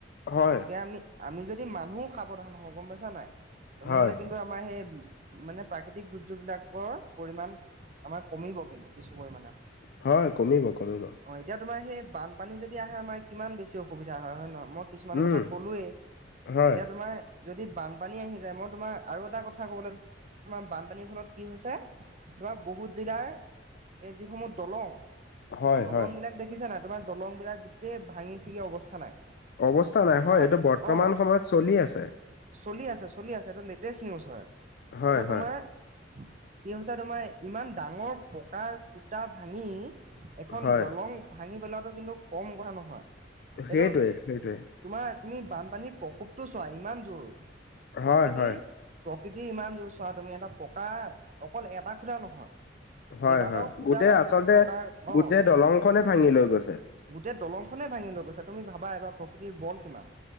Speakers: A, on the left (about 55°); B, on the right (about 40°).
A: হয়
B: গতিকে আমি, এতিয়া আমি যদি মানুহ সাৱধান হওঁ গম পাইছা নাই তেনেহলে
A: হয়,
B: কি ন্তু আমাৰ সেই মানে প্ৰাকৃতিক দুৰ্যোগবিলাকৰ পৰিমাণ আমাৰ কমিব কিন্তু। কিছু পৰিমাণে।
A: হয় কমিব কমিব।
B: অ' এতিয়া তোমাৰ সেই বানপানী যদি আহে আমাৰ কিমান বেছি অসুবিধা হয় নহয় মই কিছুমান
A: উম,
B: কথা ক'লোৱেই
A: হয়।
B: এতিয়া তোমাৰ যদি বানপানী আহি যায় মই তোমাৰ আৰু এটা কথা ক'ব লাগিব তোমাৰ বানপানীৰ ফলত কি হৈছে। আমাৰ বহুত জিলাৰ এই যিসমূহ দলং
A: হয়,
B: দলংবিলাক
A: হয়,
B: দে শুনিছা নাই তোমাৰ দলংবিলাক গোটেই ছিগি অৱস্থা নাই।
A: অৱস্থা নাই হয়
B: ভাৱ
A: এইটো বৰ্তমান
B: অ
A: সময়ত চলি আছে।
B: চলি আছে চলি আছে এইটো লেটেষ্ট নিউজ হয়।
A: হয়,
B: এইটো
A: হয়,
B: তোমাৰ কি হৈছে তোমাৰ ইমান ডাঙৰ পকাৰ খুটা ভাঙি এখন
A: হয়,
B: দলং ভাঙি পেলোৱাটো কিন্তু কম কথা নহয়। এইটো
A: সেইটোৱে সেইটোৱে।
B: তোমাৰ তুমি বানপানীৰ প্ৰকোপটো চোৱা ইমান জোৰ,
A: হয়,
B: প্ৰকৃতিৰ
A: হয়,
B: প্ৰকৃতি ইমান জোৰ চোৱা তুমি এটা পকা অকল এটা খুটা নহয়
A: হয়
B: কেইবাটাও
A: হয়
B: খুটা
A: গোটেই
B: তাত
A: আচলতে
B: থকাৰ
A: গোটেই
B: অ
A: দলংখনে ভাঙি লৈ গৈছে।
B: গোটেই দলংখনেই ভাঙি লৈ গৈছে, তুমি ভাবা এবাৰ প্ৰকৃতিৰ বল কিমান?